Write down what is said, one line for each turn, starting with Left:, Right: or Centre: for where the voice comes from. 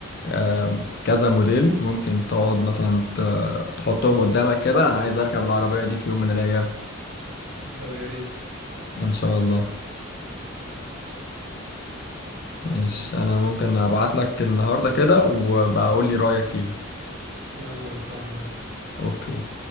Left: آم، كذا موديل ممكن تقعد مثلا ت- تحطهم قدامك كده انا عايز اركب العربية دي في يوم من الايام
Right: طب يا ريت
Left: ان شاء الله ماشي انا ممكن ابعت لك النهارده كده وبقول لي رايك فيهم
Right: يلا مستني
Left: اوكي